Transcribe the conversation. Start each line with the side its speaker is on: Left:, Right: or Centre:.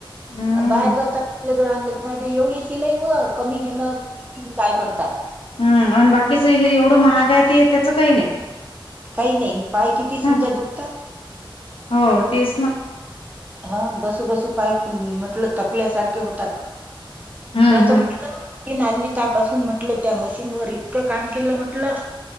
Left: हम्म
Right: बाय करतात आपल्या <unintelligible> एवढी शिलाई. पण कमी घेणं काय करतात.
Left: हम् आणि बाकीच हे एवढं महाग आहे, ते त्याचं काही नाही.
Right: काही नाहीन पाय किती समजा
Left: ह
Right: दुखतात.
Left: हो तेच ना
Right: हा बसू बसू पाय म्हटलं थकल्यासारखे होतात.
Left: हम्म
Right: म्या त
Left: हम्म
Right: म्हटलं - की नाली त्यापासून म्हटलं त्या मशीनवरर इतकं काम केलं म्हटलं.